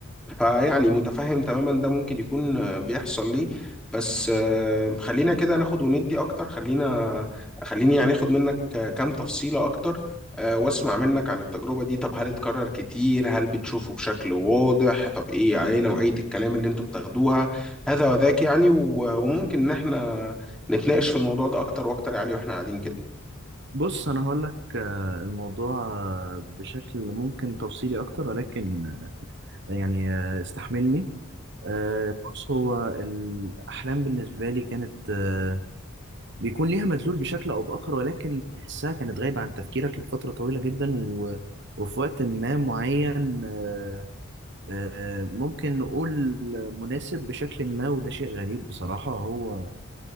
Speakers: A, in the centre; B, on the right (about 55°).
A: فيعني متفهم تماما ده ممكن يكون آه، بيحصل ليه بس آه، خلينا كده ناخد وندي أكتر خلينا خليني يعني اخد منك آه، كام تفصيلة أكتر آه، واسمع منك عن التجربة دي طب هل اتكرر كتير هل بتشوفه بشكل واضح طب ايه يعني ايه نوعية الكلام اللي انتوا بتاخدوها هذا وذاك يعني و- وممكن ان احنا نتناقش في الموضوع ده أكتر وأكتر يا علي واحنا قاعدين كده
B: بص أنا هقول لك الموضوع آه، بشكل ممكن تفصيلي أكتر ولكن آه، يعني آه، استحملني آه، بص هو الأحلام بالنسبة لي كانت آه، بيكون ليها مدلول بشكل او باخر ولكن تحسها كانت غايبه عن تفكيرك لفتره طويله جدا و... وفي وقت ما معين آه، آه، ممكن نقول مناسب بشكل ما وده شيء غريب بصراحه هو آه،